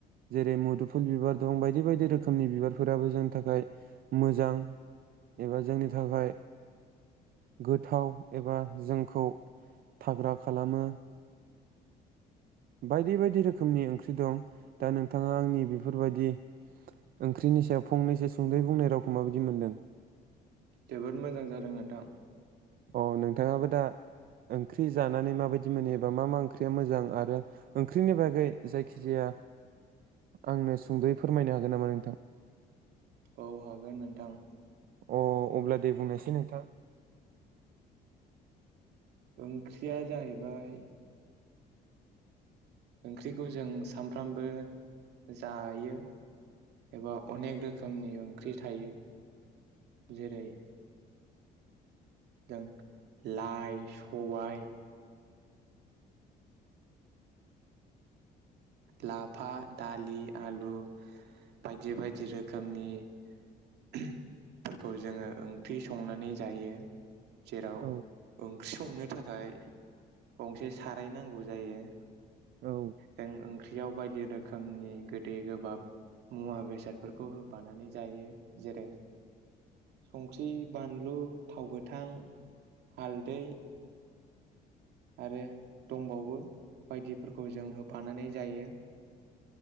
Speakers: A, on the right; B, on the right.
A: जेरै मुदुफुल बिबार दं बायदि बायदि रोखोमनि बिबारफोराबो जोंनि थाखाय मोजां एबा जोंनि थाखाय गोथाव एबा जोंखौ थाग्रा खालामो। बायदि बायदि रोखोमनि ओंख्रि दं दा नोंथाङा आंनि बेफोरबायदि ओंख्रिनि सायाव फंनैसो सुंदै बुंनाय रावखौ माबायदि मोनदों?
B: जोबोद मोजां जादों नोंथां।
A: अ नोंथाङाबो दा ओंख्रि जानानै माबायदि मोनो? एबा मा मा ओंख्रिया मोजां? आरो ओंख्रिनि बागै जायखिजाया आंनो सुंद'यै फोरमायनो हागोन नामा नोंथां?
B: औ हागोन नोंथां।
A: अ अब्ला दे बुंनोसै नोंथां।
B: ओं ख्रिया जाहैबाय ओंख्रिखौ जों साम फ्रामबो जायो । एबा अनेक
A: औ
B: रोखोमनि ख्रि थायो जेरै जों लाइ सबाय लाफ फा दालि आलु बायदि बायदि रोखोमनि ओम फोरखौ जोङो ओंख्रि संनानै जायो जेराव
A: औ
B: ओं ख्रि संनो थाखाय गंसे साराय नांगौ जायो
A: औ
B: जों ओंख्रि बियाव बायदि रोखोमनि गोदै गोबाब मुवा बेसादफोरखौ होफानानै जायो जेरै संख्रि बानलु थाव गोथां हालदै आरो दंबावो बायदिफोरखौ जों होफानानै जायो